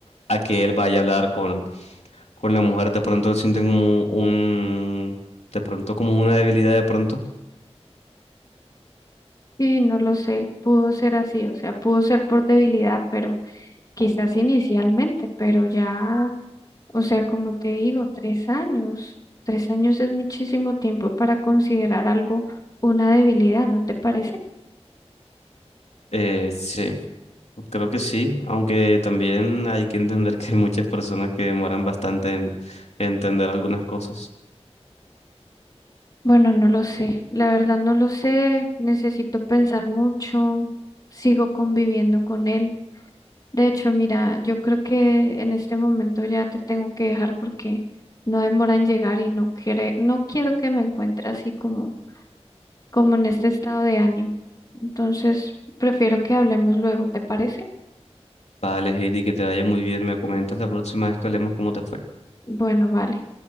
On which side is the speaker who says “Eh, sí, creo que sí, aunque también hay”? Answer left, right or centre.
Left